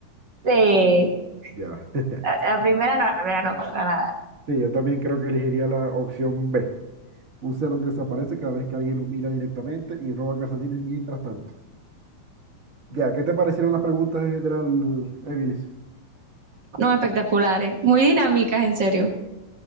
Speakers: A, on the right; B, on the right.
A: Sí.
B: Ya. <laughs>
A: La, la primera no, la primera no, para nada.
B: Sí, yo también creo que elegiría la opción B. Un cerdo que desaparece cada vez que alguien lo mira directamente y roba calcetines mientras tanto. Ya, ¿qué te parecieron las preguntas en general, Emilis?
A: No, espectaculares, muy dinámicas, en serio.